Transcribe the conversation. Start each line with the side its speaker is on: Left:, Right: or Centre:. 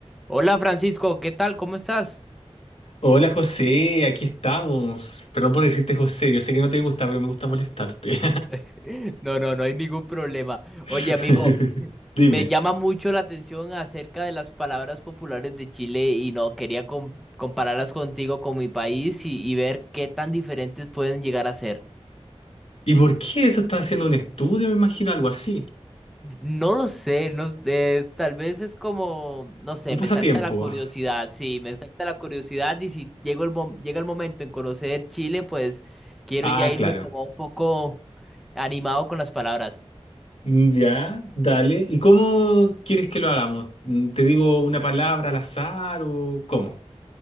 Centre: Hola Francisco, ¿qué tal? ¿Cómo estás?
Left: Hola José, aquí estamos. Perdón por decirte José, yo sé que no te gusta, pero me gusta molestarte.
Centre: <laughs> No, no, no hay ningún problema.
Left: <laughs>
Centre: Oye, amigo,
Left: Dime,
Centre: me llama mucho la atención acerca de las palabras populares de Chile y no quería com- compararlas contigo con mi país y, y ver qué tan diferentes pueden llegar a ser.
Left: ¿y por qué eso está haciendo un estudio? Me imagino algo así.
Centre: No lo sé, no, eh, tal vez es como, no sé,
Left: Un
Centre: me
Left: pasatiempo.
Centre: salta la curiosidad, sí, me salta la curiosidad y si llego el mom- llega el momento en conocer Chile, pues quiero
Left: Ah,
Centre: ya irme
Left: claro.
Centre: como un poco animado con las palabras.
Left: Mm, Ya, dale. ¿Y cómo quieres que lo hagamos? Mm, ¿Te digo una palabra al azar o cómo?